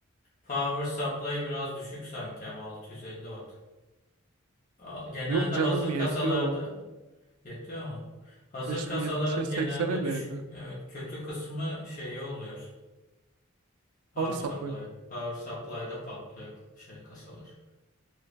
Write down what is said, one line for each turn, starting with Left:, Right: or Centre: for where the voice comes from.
Left: Power supply biraz düşük sanki ama 650 watt. A- Genelde
Right: Yok canım
Left: hazır
Right: yetiyor.
Left: kasalarda yetiyor mu? Hazır
Right: 5070'e
Left: kasaların
Right: 80'e
Left: genelde
Right: bile
Left: düşük
Right: yeter.
Left: evet kötü kısmı şeyi oluyor. Power
Right: Power supply
Left: supply.
Right: mı?
Left: Power supply'da patlıyor şey kasalar.